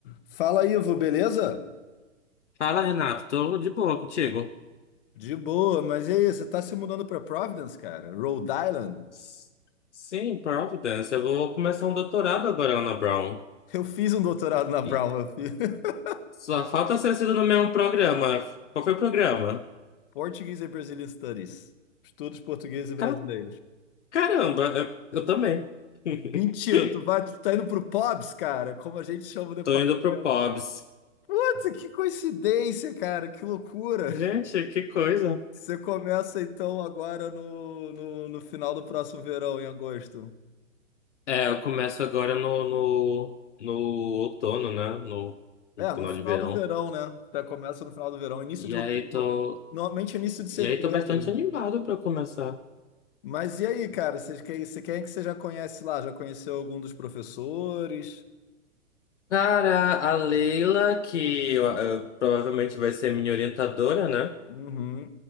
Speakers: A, on the left; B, on the left.
A: Fala, Ivo, beleza?
B: Fala, Renato, tô de boa contigo.
A: De boa, mas e aí, você tá se mudando pra Providence, cara? Rhode Island?
B: S- Sim, Providence, eu vou começar um doutorado agora lá na Brown.
A: Eu fiz um doutorado na Brown,
B: E
A: eu fiz <laughs>
B: só falta ser sido no mesmo programa. Qual foi o programa?
A: Portuguese and Brazilian Studies. Estudos portugueses e brasileiros.
B: Ca- Caramba, eu, eu também. <laughs>
A: Mentira, tu vai, tu tá indo pro POBs, cara, como a gente chama o departamento.
B: Tô indo pro Pobs.
A: Puta, que coincidência, cara, que loucura.
B: Gente, que coisa.
A: Você começa então agora no, no, no final do próximo verão, em agosto.
B: É, eu começo agora no, no, no outono, né? No, no
A: É,
B: final
A: no final
B: de verão.
A: do verão, né? Tá, começa no final do verão, início
B: E
A: de outubro,
B: aí tô,
A: normalmente início de setembro.
B: e aí tô bastante animado pra começar.
A: Mas e aí, cara? Você, quem, você- quem é que você já conhece lá? Já conheceu algum dos professores?
B: Cara, a Leila, que eu- eu- provavelmente vai ser minha orientadora, né?
A: Uhum,